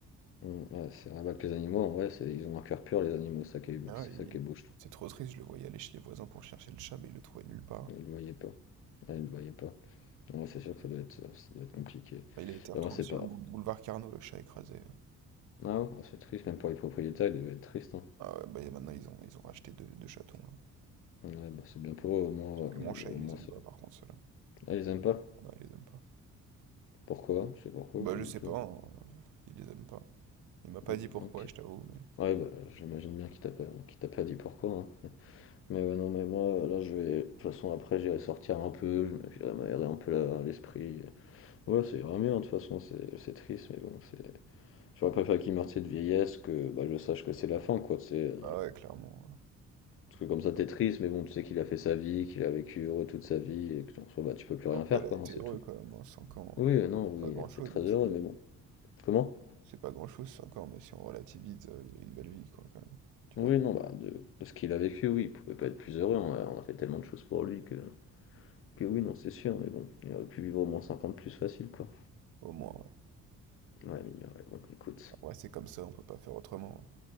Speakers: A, on the left (about 45°); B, on the right (about 75°).
A: Mmh, ouais, c'est un avec les animaux, en vrai, c'est ils ont un cœur pur, les animaux, ça qui est
B: Ah,
A: c'est
B: ouais, il-
A: ça qui est beau, je trouve.
B: C'est trop triste, je le voyais aller chez les voisins pour chercher le chat, mais il le trouvait nulle part.
A: Ils le voyaient pas. Ouais, ils le voyaient pas. Ouais, c'est sûr que ça doit être, ça doit être compliqué.
B: Bah, il a été retrouvé
A: Bah, moi, c'est
B: sur
A: pas.
B: le bou- boulevard Carnot, le chat écrasé. hein.
A: Ah ouais, ah, c'est triste, même pour les propriétaires, ils devaient être tristes, hein.
B: Ah ouais, bah et maintenant, ils ont, ils ont racheté deux, deux chatons, là.
A: Ouais, bah, c'est bien pour eux, au moins,
B: Sauf que mon
A: euh,
B: chat,
A: au
B: il
A: moins
B: les aime
A: c'est.
B: pas, par contre, ceux-là.
A: Ah, ils aiment pas?
B: Ah non, il les aime pas.
A: Pourquoi? C'est pourquoi
B: Bah,
A: ou pas
B: je
A: du
B: sais
A: tout?
B: pas, hein, il les aime pas. Il m'a pas
A: Mm,
B: dit pourquoi,
A: ok.
B: je t'avoue, mais.
A: Ouais, bah, j'imagine bien qu'il t'a pas, qu'il t'a pas dit pourquoi. hein. Mais ouais, non, mais moi, là, je vais. De toute façon, après, j'irai sortir un peu, je me- j'irai m'aérer un peu la- l'esprit. Ouais, c'est grave bien, de toute façon, c'est c'est triste, mais bon, c'est. J'aurais préféré qu'il meure, tu sais, de vieillesse, que bah, je sache que c'est la fin, quoi, tu sais. euh,
B: Ah ouais, clairement. ouais.
A: Parce que comme ça, t'es triste, mais bon, tu sais qu'il a fait sa vie, qu'il a vécu heureux toute sa vie, et que en soi, bah, tu peux plus
B: Bon,
A: rien
B: Après,
A: faire,
B: elle
A: quoi,
B: a été
A: hein, c'est
B: heureux
A: tout.
B: quand même, 5 ans,
A: Oui, euh, non,
B: c'est
A: oui,
B: pas grand-chose,
A: il était très
B: mais
A: heureux,
B: c'est
A: mais bon. Comment?
B: c'est pas grand-chose, 5 ans, mais si on relativise, euh, il a une belle vie, quoi, quand même. Tu
A: Oui,
B: vois,
A: non, bah, de, de ce qu'il a vécu, oui, il pouvait pas être plus heureux, on a, on a fait tellement de choses pour lui que. que oui, non, c'est sûr, mais bon, il aurait pu vivre au moins 50 plus facile, quoi.
B: au moins, ouais.
A: Ouais, mais, ouais, bon, écoute.
B: Après, c'est comme ça, on peut pas faire autrement. hein.